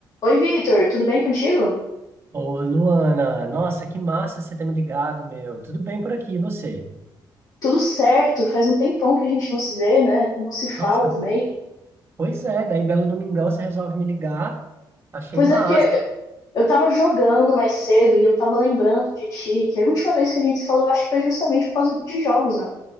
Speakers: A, on the left; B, on the right.
A: Oi, Vitor, tudo bem contigo?
B: Ô, Luana, nossa, que massa você ter me ligado, meu. Tudo bem por aqui, e você?
A: Tudo certo, faz um tempão que a gente não se vê, né? Não se fala
B: Nossa,
A: também.
B: pois é, daí belo domingão você resolve me ligar. Achei
A: Pois
B: massa.
A: é, porque eu eu tava jogando mais cedo e eu tava lembrando de ti, que a última vez que a gente se falou, acho que foi justamente por causa de jogos, né?